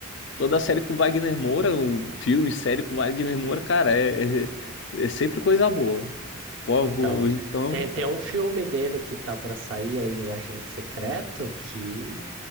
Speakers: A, on the left (about 60°); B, on the right (about 60°).
A: Toda série com Wagner Moura, o filme, série com Wagner Moura, cara, é, é, é sempre coisa boa. Pô,
B: Então,
A: bo- então.
B: tem, tem um filme dele que tá pra sair aí, O Agente Secreto, que